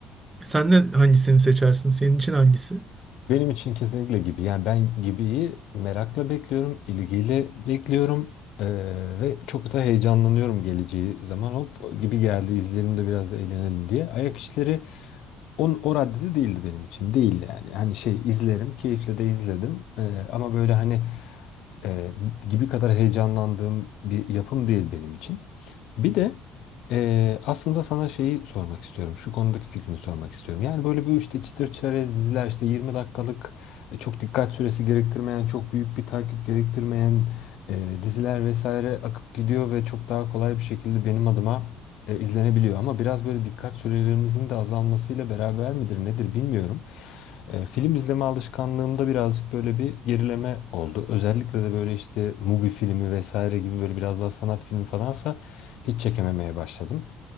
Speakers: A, on the right (about 20°); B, on the left (about 75°).
A: Sen de hangisini seçersin? Senin için hangisi?
B: Benim için kesinlikle gibi. Yani ben Gibi'yi merakla bekliyorum, ilgiyle bekliyorum eee, ve çok da heyecanlanıyorum geleceği zaman. Hop Gibi geldi, izleyelim de biraz da eğlenelim diye. Ayak işleri On, o raddede değildi benim için. Değil yani. Hani şey izlerim. Keyifle de izledim. Ee, ama böyle hani e, gibi kadar heyecanlandığım bir yapım değil benim için. Bir de e, aslında sana şeyi sormak istiyorum. Şu konudaki fikrini sormak istiyorum. Yani böyle bu işte çıtır çerez diziler işte 20 dakikalık e, çok dikkat süresi gerektirmeyen, çok büyük bir takip gerektirmeyen e, diziler vesaire akıp gidiyor ve çok daha kolay bir şekilde benim adıma e, izlenebiliyor ama biraz böyle dikkat sürelerimizin de azalmasıyla beraber midir nedir bilmiyorum. E, film izleme alışkanlığımda birazcık böyle bir gerileme oldu. Özellikle de böyle işte Mubi filmi vesaire gibi böyle biraz daha sanat filmi falansa hiç çekememeye başladım.